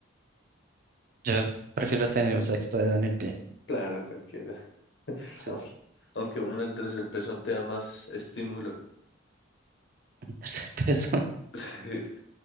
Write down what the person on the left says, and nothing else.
Claro, cualquiera. <laughs>
Aunque aunque bueno, el tercer pezón te da más estímulo.
<laughs>